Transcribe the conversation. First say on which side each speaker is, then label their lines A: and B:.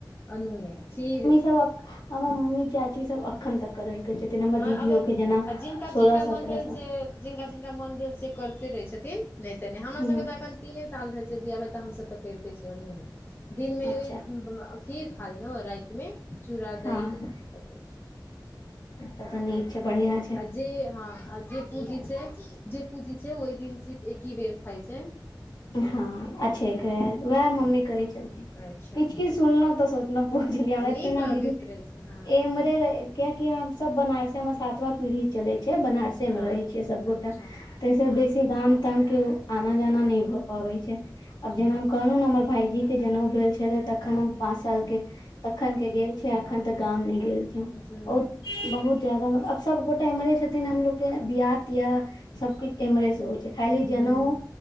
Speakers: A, on the left; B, on the left.
A: अनुने खीर
B: शक हमर मम्मी चाची सब एखन तक करेलकै छथिन हमर
A: हँ
B: दीदियो
A: अब
B: के जेना
A: आ जिनका
B: सोलह
A: जिनका मोन
B: सत्ररह
A: भेल
B: साल
A: से जिनका जिनका मोन भेल से करते रहै छथिन नहि तऽ नहि हमरा
B: ह
A: सबके तऽ अखन तीने साल भेल छै बियाह भेल तऽ हमसभ तऽ करिते छियै अनुने दिनमे
B: अच्छा
A: <unintelligible> खीर खा देन रातिमे चूड़ा
B: हँ
A: दही सब किछ
B: तब तऽ नीक छै बढ़ियां
A: आ जे हँ जे पूँजी छै जे पूँजी छै ओहि दिन सिर्फ एकी बेर खाइ छै
B: <unintelligible> वएह मम्मी कहै छै किछु
A: अच्छा
B: किछु सुनलहु तऽ सोचलहु पहुचलियै
A: आ
B: हम
A: नीक
B: इतना
A: लगैत
B: दीन
A: रहै छै हँ
B: ए मरे रये कियाकि हम सब बनारसे मे सातवा पीढ़ी चले छै बनारसे
A: हँ
B: मे रहे छियै सबगोटा
A: अच्छा
B: त त बेसी गाम ताम के उ आना जाना नै भ पबै छै आब जेना हम कहलहुँ ने हमर भाईजी के जनउ भेल छलै तखन हम पाँच साल के तखन के गेल छिये अखन तऽ गाम नहि गेल छे
A: अच्छा
B: उत बहुत ज्यदाा मतलब आब सभगोटा मरे छथिन हमलोगके बियाह तियाह सबकिछु एम्हरे से होइ छै खाली जनेउ
A: ह